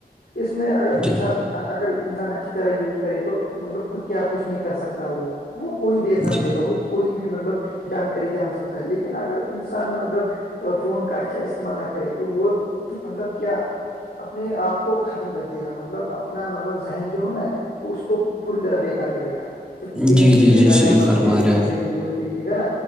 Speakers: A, on the left; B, in the centre.
A: اس میں اگر انسان
B: جی
A: اگر انسان اچھی طرح یوز کرے تو مطلب کیا کچھ نہیں کر سکتا وہ وہ کوئی بھی ایگزام
B: جی
A: دے گا وہ کوئی بھی مطلب جانکاری جان سکتا ہے لیکن اگر انسان مطلب فون کاسھا استعمال نہ کریں تو وہ مطلب کیا اپنے آپ کو ختم کر دے گا مطلب اپنا مطلب ذہن جو ہے نا اس کو پوری طرح بیکار کرے گا گیم
B: جی
A: کھیلے
B: جی جی
A: گا
B: صحیح
A: یا مطلب
B: فرما
A: ایسے
B: رہے
A: گندے
B: ہیں آپ
A: ویڈیوز دیکھے گا نا